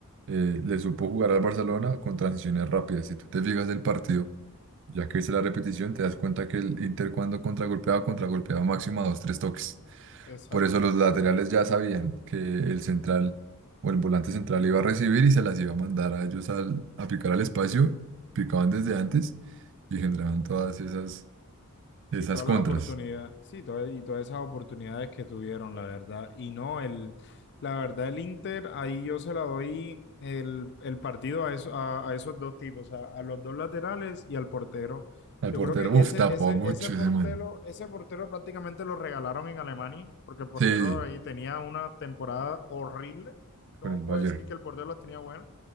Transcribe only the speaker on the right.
eh, le supo jugar al Barcelona con transiciones rápidas. Si tú te fijas del partido, ya que viste la repetición, te das cuenta que el Inter cuando contragolpeaba, contragolpeaba máximo a dos, tres toques.
Por eso los laterales ya sabían que el central o el volante central iba a recibir y se las iba a mandar a ellos al- a picar al espacio. Picaban desde antes y generaban todas esas,
esas
contras.
Al
portero,
uff,
tapó
mucho
ese man.
Sí,
con el Bayern.